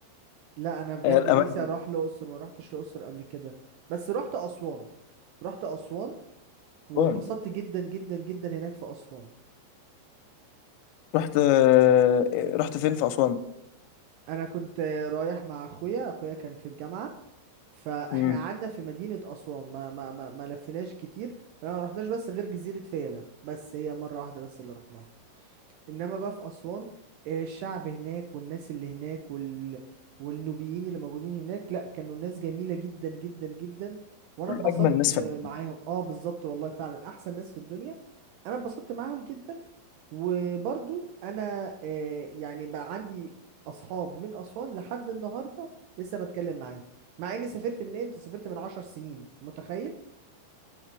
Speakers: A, on the right; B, on the left.
A: لا انا بجد
B: آه، الاماكن
A: نفسي اروح الاقصر ما روحتش الاقصر قبل كده بس رحت اسوان رحت اسوان واتبسطت
B: كلهم
A: جدا جدا جدا هناك في اسوان
B: رحت آه، رحت فين في اسوان
A: انا كنت رايح مع اخويا اخويا كان في الجامعه فاحنا
B: مم.
A: قعدنا في مدينه اسوان ما ما ما, ما لفيناش كتير ما رحناش بس غير جزيره فيلة بس هي مره واحده بس اللي رحناها انما بقى في اسوان آه، الشعب هناك والناس اللي هناك وال... والنوبيين اللي موجودين هناك لا كانوا ناس جميلة جدا جدا جدا وانا
B: من
A: اتبسطت
B: اجمل ناس فعلا
A: آه، معاهم اه بالظبط والله فعلا احسن ناس في الدنيا انا اتبسطت معاهم جدا وبرضو انا آه، يعني بقى عندي اصحاب من اسوان لحد النهارده لسه بتكلم معاهم مع اني سافرت من امتى سافرت من عشر سنين متخيل